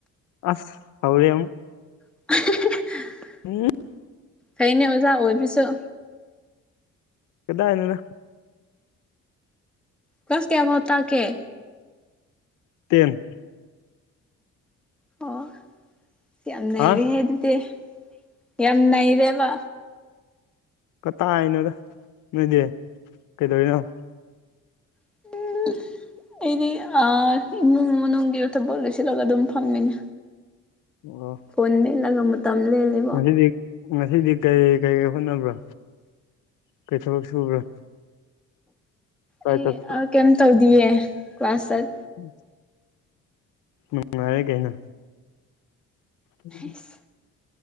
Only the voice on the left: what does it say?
ꯑꯁ ꯍꯧꯔꯦ ꯑꯃꯨꯛ
ꯎꯝ
ꯀꯗꯥꯏꯗꯅꯣ
ꯇꯦꯟ
ꯍꯥ
ꯀꯇꯥꯏꯅꯣꯗ ꯅꯣꯏꯗꯤ ꯀꯩꯗꯧꯔꯤꯅꯣ
ꯑꯣ꯫
ꯉꯁꯤꯗꯤ ꯉꯁꯤꯗꯤ ꯀꯩ ꯀꯩ ꯍꯣꯠꯅꯕ꯭ꯔꯥ ꯀꯔꯤ ꯊꯕꯛ ꯁꯨꯕ꯭ꯔꯥ ꯀꯥꯏ
ꯆꯠꯄ꯭ꯔꯥ
ꯎꯝ ꯅꯨꯉꯥꯏꯔꯦ ꯀꯩꯅꯣ ꯎꯝ